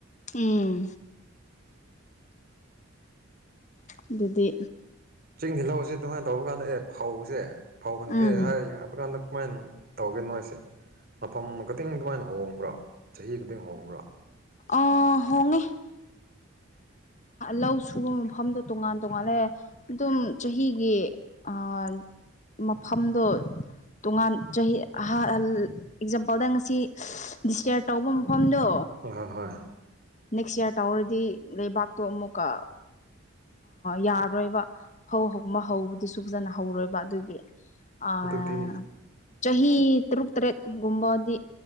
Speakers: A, on the left; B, on the right.
A: ꯎꯝ ꯑꯗꯨꯗꯤ
B: ꯆꯤꯡꯒꯤ ꯂꯧꯖꯦ ꯑꯗꯨꯃꯥꯏꯅ ꯇꯧꯕ ꯀꯥꯟꯗ ꯑꯦ ꯐꯧꯁꯦ ꯐꯧꯍꯟꯈ꯭ꯔꯦ
A: ꯎꯝ
B: ꯍꯥꯏ ꯍꯥꯏꯕ ꯀꯥꯟꯗ ꯀꯨꯃꯥꯏꯅ ꯇꯧꯒꯦꯅꯣꯏꯁꯦ ꯃꯐꯝ ꯈꯛꯇꯪ ꯑꯗꯨꯃꯥꯏꯅ ꯍꯣꯡꯕ꯭ꯔꯥ ꯆꯍꯤ ꯈꯛꯇꯪ ꯍꯣꯡꯕꯔꯣ
A: ꯑ ꯍꯣꯡꯉꯦ ꯂꯧ ꯁꯨꯕ ꯃꯐꯝꯗꯣ ꯇꯣꯉꯥꯟ ꯇꯣꯉꯥꯟꯜꯂꯦ ꯑꯗꯨꯝ ꯆꯍꯤꯒꯤ ꯑꯥ ꯃꯐꯝꯗꯣ ꯇꯣꯉꯥꯟ ꯆꯍꯤ ꯑꯦꯛꯖꯥꯝꯄꯜꯗ ꯉꯁꯤ ꯗꯤꯁꯀꯌꯥꯔ ꯇꯧꯕ ꯃꯐꯝꯗꯣ
B: ꯍꯣꯏ ꯍꯣꯏ ꯍꯣꯏ
A: ꯅꯦꯛꯁ ꯏꯔ ꯇꯧꯔꯗꯤ ꯂꯩꯕꯥꯛ ꯇꯣ ꯑꯃꯨꯛꯀ ꯌꯥꯔꯣꯏꯕ ꯐꯧꯕ ꯍꯧꯕꯗꯨꯁꯨ ꯐꯖꯅ ꯍꯧꯔꯣꯏꯕ ꯑꯗꯨꯒꯤ ꯑꯥ
B: ꯑꯗꯨꯗꯤ
A: ꯆꯍꯤ ꯇꯔꯨꯛ ꯇꯔꯦꯠꯒꯨꯝꯕꯗꯤ